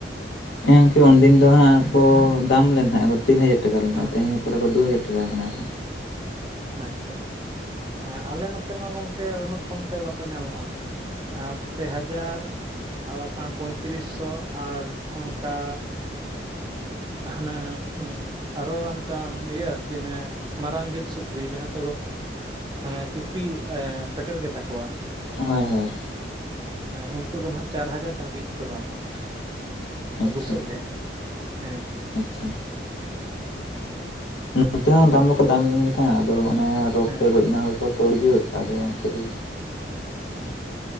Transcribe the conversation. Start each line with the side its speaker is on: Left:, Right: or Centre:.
Left: ᱦᱮᱸ ᱚᱝᱠᱮ ᱩᱱᱫᱤᱱ ᱫᱚ ᱦᱟᱸᱜ ᱠᱚ ᱫᱟᱢ ᱞᱮᱱ ᱛᱟᱸᱦᱮᱫ ᱟᱠᱚ᱾ ᱛᱤᱱ ᱦᱟᱡᱟᱨ ᱴᱟᱠᱟ ᱞᱮᱱᱟ
Right: ᱦᱮᱸ
Left: ᱛᱮᱦᱮᱧ
Right: ᱦᱮᱸ
Left: ᱠᱚᱫᱚ ᱠᱚ ᱫᱩ ᱦᱟᱡᱟᱨ ᱴᱟᱠᱟ ᱟᱠᱟᱱᱟ ᱾
Right: ᱟᱪᱪᱷᱟ᱾ ᱦᱮᱸ ᱟᱞᱮ ᱱᱚᱛᱮ ᱢᱟ ᱜᱚᱢᱠᱮ ᱩᱱᱟᱹᱜ ᱠᱚᱢᱛᱮ ᱵᱟᱠᱚ ᱧᱟᱢᱚᱜᱼᱟ᱾ ᱟᱸ ᱯᱮ ᱦᱟᱡᱟᱨ ᱟᱨ ᱵᱟᱠᱷᱟᱱ ᱯᱳᱸᱭᱛᱨᱤᱥ ᱥᱚ ᱟᱨ ᱚᱱᱠᱟ ᱦᱟᱱᱟ ᱩᱸ ᱟᱨᱚ ᱚᱱᱠᱟ ᱤᱭᱟᱹ ᱟᱨᱠᱤ ᱚᱱᱮ ᱢᱟᱨᱟᱝ ᱡᱟᱹᱛ ᱥᱩᱠᱨᱤ ᱡᱟᱦᱟᱸ ᱠᱚᱫᱚ ᱢᱟᱱᱮ ᱪᱩᱯᱤ ᱮ ᱯᱮᱴᱮᱨ ᱜᱮ ᱛᱟᱠᱚᱣᱟ᱾
Left: ᱦᱳᱭ ᱦᱳᱭ᱾
Right: ᱦᱮᱸ ᱩᱱᱠᱩ ᱫᱚ ᱱᱟᱦᱜ ᱪᱟᱨ ᱦᱟᱡᱟᱨ ᱫᱷᱟᱹᱵᱤᱡ ᱠᱚ ᱫᱟᱢᱚᱜᱼᱟ᱾
Left: ᱟᱪᱪᱷᱟ
Right: ᱵᱩᱥᱟᱹᱜ ᱜᱮ? ᱦᱮᱸ᱾
Left: ᱟᱪᱪᱷᱟ᱾ ᱱᱚᱛᱮ ᱦᱚᱸ ᱫᱟᱢ ᱫᱚᱠᱚ ᱫᱟᱢ ᱞᱮ ᱜᱮᱛᱟᱦᱮᱸᱫ-ᱟ, ᱟᱫᱚ ᱚᱱᱮ ᱨᱳᱜᱽ
Right: ᱦᱮᱸ
Left: ᱛᱮ ᱜᱚᱡ ᱱᱟ ᱠᱚ ᱛᱳᱲᱡᱟᱹᱛ ᱟᱫᱚ ᱚᱸᱛᱮᱨᱮ
Right: ᱦᱮᱸ